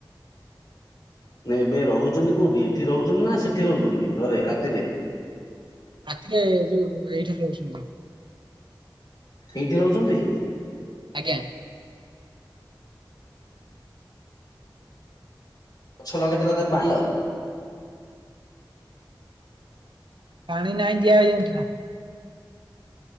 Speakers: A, on the left (about 50°); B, on the right (about 75°).
A: ନାଇଁ ଏବେ ରହୁଛନ୍ତି କୋଉଠି ଏଠି ରହୁଛନ୍ତି ନା ସେଠି ରହୁଛନ୍ତି ଘରେ ରାତିରେ।
B: ରାତିରେ ଯୋଉ ଏଇଠାରେ ରହୁଛନ୍ତି।
A: ଏଇଠି ରହୁଛନ୍ତି।
B: ଆଜ୍ଞା।
A: ଗଛ ଲଗେଇଥିଲ ତା ପାଣ୍ଡ <unintelligible>
B: ପାଣି ନାହିଁ ଦିଆ ହେଇଯାଉଥିଲା।